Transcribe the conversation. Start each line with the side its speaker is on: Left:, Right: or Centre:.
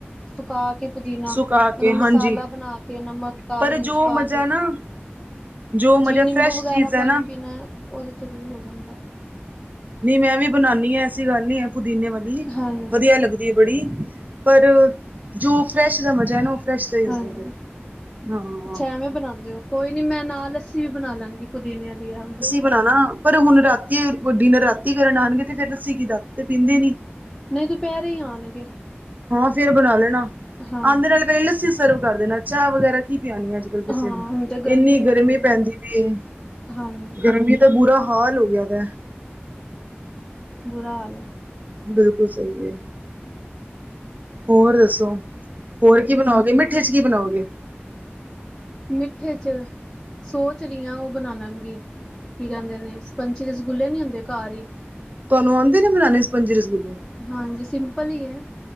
Centre: ਸੁਕਾ ਕੇ ਪੁਦੀਨਾ
Right: ਸੁਕਾ
Centre: ਉਹਦਾ
Right: ਕੇ
Centre: ਮਸਾਲਾ
Right: ਹਾਂਜੀ
Centre: ਬਣਾ ਕੇ ਨਮਕ ਕਾਲੀ
Right: ਪਰ
Centre: ਮਿਰਚ
Right: ਜੋ
Centre: ਪਾ
Right: ਮਜ਼ਾ
Centre: ਕੇ
Right: ਨਾ ਜੋ
Centre: ਜੀ
Right: ਮਜ਼ਾ
Centre: ਨਿੰਬੂ
Right: ਫਰੈਸ਼
Centre: ਵਗੈਰਾ
Right: ਚੀਜ਼
Centre: ਪਾਣੀ
Right: ਹੈ ਨਾ
Centre: ਪੀਣਾ ਐ ਉਹਦੇ 'ਚ ਵੀ ਯੂਜ਼ ਹੁੰਦਾ।
Right: ਨੀ ਮੈਂ ਵੀ ਬਣਾਨੀ ਆਂ ਐਸੀ ਗੱਲ ਨੀ ਹੈ ਪੁਦੀਨੇ ਵਾਲੀ
Centre: ਹਾਂਜੀ
Right: ਵਧੀਆ ਲੱਗ ਦੀ ਬੜੀ ਪਰ ਜੋ ਫਰੈਸ਼ ਦਾ ਮਜ਼ਾ ਹੈ ਨਾ ਉਹ ਫਰੈਸ਼ ਦਾ ਹੀ ਹੁੰਦਾ
Centre: ਹਾਂਜੀ
Right: ਫਿਰ ਹਾਂ
Centre: ਅੱਛਾ ਐਵੇਂ ਬਣਾਂਦੇ ਹੋ ਕੋਈ ਨੀ ਮੈਂ ਨਾ ਲੱਸੀ ਵੀ ਬਣਾ ਲਾਂਗੀ ਪੁਦੀਨੇ ਵਾਲੀ ਆਓ
Right: ਬਣਾਣਾ ਪਰ ਹੁਣ ਰਾਤੀ ਡਿਨਰ ਰਾਤੀ ਕਰਨ ਆਣਗੇ ਤੇ ਫਿਰ ਲੱਸੀ ਕੀ ਰਾਤੀ ਤੇ ਪੀਂਦੇ ਨੀ
Centre: ਨਹੀਂ ਦਪਹਿਰੇ ਹੀ ਆਣਗੇ।
Right: ਹਾਂ ਫੇਰ ਬਣਾ ਲੈਣਾ
Centre: ਹਾਂਜੀ
Right: ਆਂਦੇ ਨਾਲ ਪਹਿਲੇ ਲੱਸੀ ਸਰਵ ਕਰ ਦੇਣਾ ਚਾਹ ਵਗੈਰਾ ਕੀ ਪਿਆਉਣੀ ਆ ਅੱਜ ਕਿਸੇ
Centre: ਹਾਂ
Right: ਨੂੰ
Centre: ਹੁਣ ਤੇ
Right: <unintelligible> ਇੰਨੀ
Centre: ਹੋਈ
Right: ਗਰਮੀ
Centre: ਦੀ ਇੰਨੀ
Right: ਪੈਂਦੀ ਪਈ ਏ
Centre: ਹਾਂਜੀ
Right: ਗਰਮੀ ਤੇ ਬੁਰਾ ਹਾਲ ਹੋ ਗਿਆ ਵੈ
Centre: ਬੁਰਾ ਹਾਲ ਐ
Right: ਬਿਲਕੁਲ ਸਹੀ ਵੇ ਹੋਰ ਦੱਸੋ ਹੋਰ ਕੀ ਬਣਾਓਗੇ ਮਿੱ ਠੇ ਚ ਕੀ ਬਣਾਓਗੇ
Centre: ਮਿੱਠੇ ਚਚ ਸੋਚ ਰਹੀਆਂ ਉਹ ਬਣਾ ਲਾਂਗੀ ਕੀ ਕਹਿੰਦੇ ਨੇ ਸਪੰਚੀ ਦੇ ਰਸਗੁੱਲੇ ਨੀ ਹੁੰਦੇ ਘਰ ਈ
Right: ਤੁਹਾਨੂੰ ਆਉਂਦੇ ਨੇ ਬਨਾਣੇ ਸਪੰਜੀ ਰਸਗੁਲੇ
Centre: ਹਾਂਜੀ ਸਿੰਪਲ ਹੀ ਐ